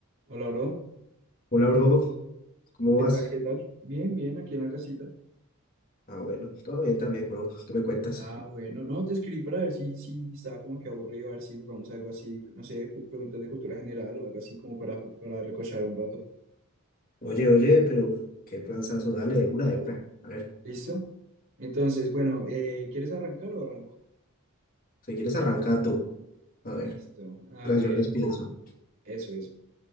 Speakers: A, on the right; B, on the left.
A: Hola, bro.
B: Hola, bro. ¿Cómo
A: ¿Qué
B: vas?
A: tal? ¿Qué tal? Bien, bien, aquí en la casita.
B: Ah, bueno,
A: Mm,
B: todo bien también, bro. ¿Qué me cuentas?
A: Ah, bueno, no, te escribí para ver si, si estaba como que aburrido, a ver si jugamos algo así, no sé, pu- preguntas de cultura general o algo así como para, ju- para recochar un rato.
B: Oye, oye, pero qué planzazo, dale, de una, de una. A ver,
A: ¿Listo? Entonces, bueno, eh, ¿quieres arrancar o arranco?
B: si quieres arranca tú. A ver,
A: Listo. A
B: mientras
A: ver,
B: yo les pienso.
A: eso, eso.